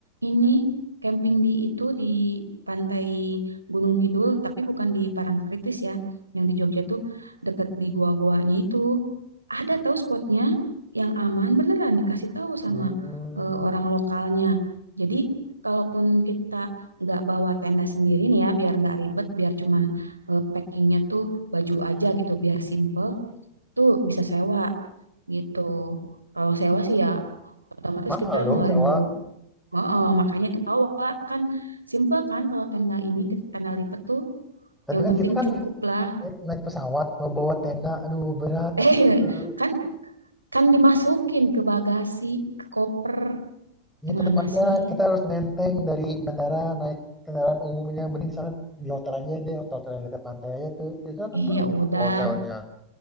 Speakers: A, on the right; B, in the centre.
A: ini camping di itu di pantai Gunung Kidul tapi bukan di Parangkritis ya. Yang di Jogja tuh deket di gua-guanya itu. Ada tahu spotnya yang aman beneran dikasih tahu sama
B: Hmm,
A: eh, orang lokalnya. Jadi kalaupun kita nggak bawa tenda sendiri nih ya biar nggak ribet biar cuman eh, packingnya tuh baju aja gitu biar simple tuh bisa sewa gitu. Kalau sewa sih ya otomatis
B: mahal
A: kita ngeluarin
B: dong sewa.
A: dulu. Ma- eh, makanya itu bawa kan simple kan kalau tenda ini tenda lipat tuh
B: Tapi
A: yang
B: kan
A: penting
B: kita kan
A: cukup lah.
B: naik
A: <laughs>
B: naik pesawat mau bawa tenda, aduh berat
A: Eh
B: atau tuh.
A: kan kan dimasukin ke bagasi, ke koper.
B: Ya
A: Gimana
B: tetap aja
A: sih?
B: kita harus nenteng dari bandara naik kendaraan umumnya. Mending sana di hotel aja deh, hotel, -hotel yang dekat pantai aja tuh. Di sana kan
A: Ih,
B: bagus
A: ya udah,
B: hotel hotelnya